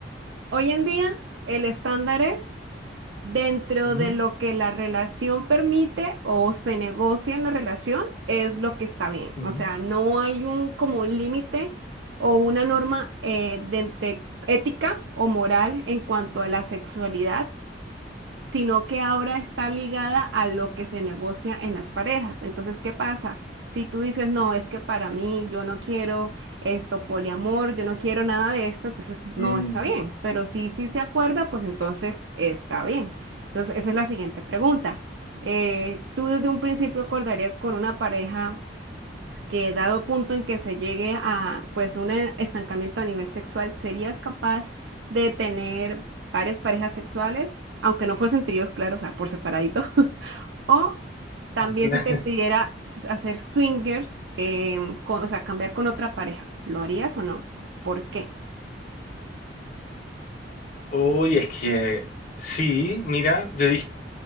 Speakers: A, on the right; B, on the left.
A: hoy en día el estándar es dentro
B: Ujú,
A: de lo que la relación permite o se negocia en la relación, es lo que está bien,
B: ujú.
A: o sea, no hay un como límite o una norma eh, de, de ética o moral en cuanto a la sexualidad sino que ahora está ligada a lo que se negocia en las parejas. Entonces, ¿qué pasa? Si tú dices, no, es que para mí yo no quiero esto, poliamor, yo no quiero nada de esto, entonces no
B: Mm,
A: está bien. Pero si sí se acuerda, pues entonces está bien. Entonces, esa es la siguiente pregunta. Eh, ¿tú desde un principio acordarías con una pareja? que dado el punto en que se llegue a pues un eh, estancamiento a nivel sexual, serías capaz de tener varias parejas sexuales, aunque no fuesen tríos, claro, o sea, por separadito. <laughs> O también
B: cla-
A: si te pidiera s- hacer swingers, em, con- o sea, cambiar con otra pareja, ¿lo harías o no? ¿Por qué?
B: <laughs> Uy, es que sí, mira, yo dije